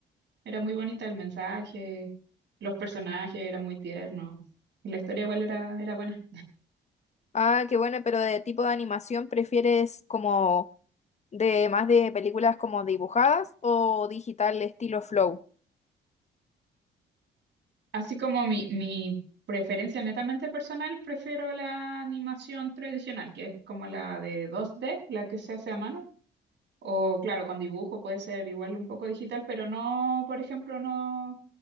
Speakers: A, on the right; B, on the left.
A: Era muy bonita el mensaje, los personajes eran muy tiernos, y la historia igual era, era buena.
B: Ah, qué bueno, pero de tipo de animación, ¿prefieres como de más de películas como dibujadas o digital estilo Flow?
A: Así como mi, mi preferencia netamente personal, prefiero la animación tradicional, que es como la de 2D, la que se hace a mano. O claro, con dibujo puede ser igual un poco digital, pero no, por ejemplo, no.